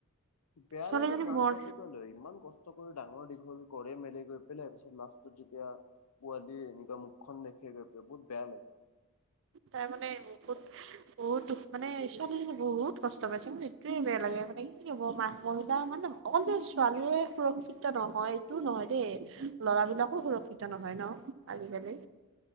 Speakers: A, on the left; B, on the right.
A: বেয়া
B: ছোৱালীজনী
A: লাগে মাক
B: মোৰ
A: বাপেকে লৈ ইমান কষ্ট কৰি ডাঙৰ দীঘল কৰে মেলে। গৈ পেলাই তাৰ পিছত লাষ্টত যেতিয়া পোৱালি এনেকুৱা মুখখন দেখে গৈ পেলাই বহুত বেয়া লাগে।
B: তাই মানে বহুত বহুত দুখ মানে, ছোৱালীজনী বহুত কষ্ট পাইছে। মোৰ এইোৱে বেয়া লাগে মানে কি হ'ব মা মহিলা মানে অকল যে, ছোৱালীয়ে সুৰক্ষিত নহয় এইটোও নহয় দেই, ল'ৰা বিলাকো সুৰক্ষিত নহয় ন। আজিকালি।